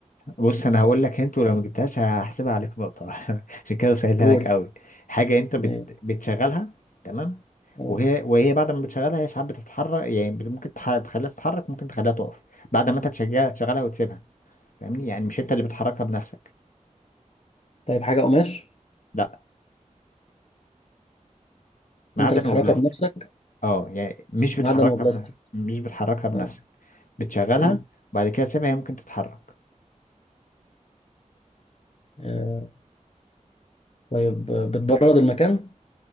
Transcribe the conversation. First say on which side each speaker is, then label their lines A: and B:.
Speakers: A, on the left; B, on the left.
A: بص انا هقول لك انت ولو ما جبتهاش هحسبها عليك نقطه <laughs> عشان كده سهلها
B: قول
A: لك قوي حاجه انت بت...
B: ايه
A: بتشغلها تمام
B: اه
A: وهي وهي بعد ما بتشغلها هي ساعات بتتحرك يعني بت- ممكن تح... تخليها تتحرك ممكن تخليها تقف بعد ما انت تشغلها تشغلها وتسيبها فاهمني يعني مش انت اللي بتحركها بنفسك
B: طيب حاجه قماش
A: لا معدن
B: انت اللي بتحركها
A: وبلاستيك
B: بنفسك
A: اه يعني مش
B: معدن
A: بتحركها
B: وبلاستيك
A: بنفسك مش بتحركها بنفسك
B: اه
A: بتشغلها
B: مم.
A: وبعد كده تسيبها هي ممكن تتحرك
B: آه، طيب آه، بتبرد المكان